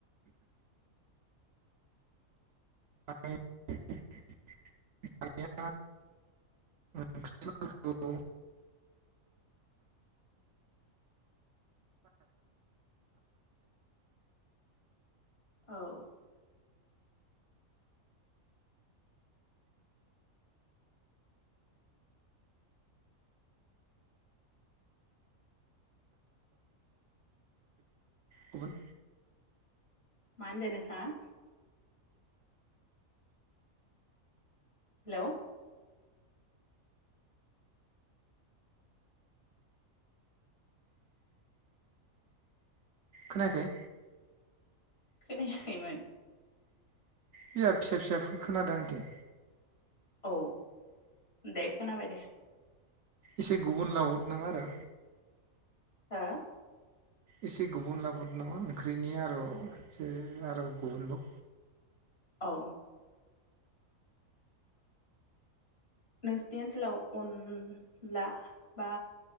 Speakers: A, on the right; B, on the left.
A: <unintelligible> ओंख्रिफोरखौ
B: औ।
A: गुबुन
B: मा होनदो नोंथाङा? हेलौ।
A: खोनायाखै?
B: खोनायाखैमोन।
A: बिराद फिसा फिसा खोनादों आंनिथिं।
B: औ दे खोनाबाय दे।
A: एसे गुबुन लावद नङा आरो।
B: हो?
A: एसे गुबुन लाबोदो नामा ओंख्रिनि आर' एसे आरो गुबुनबाव।
B: औ। नोंसिनि ओनसोलाव अन ला बा